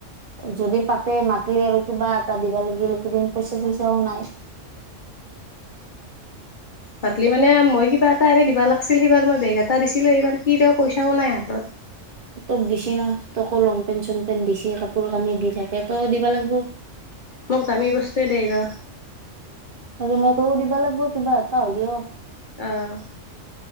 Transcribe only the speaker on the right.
যদি পাতে মাতিলে আৰু কিবা এটা দিবা লাগিল <unintelligible> দিন পইচা চইচাও নাই।
তোক দিছি না তোকো লং পেনচন পেন দিছে কাপোৰ কানি দি থাকে তৈয়ো দিবা লাগব।
কোনত ও দিবা লাগব কিবা এটা হ'লেও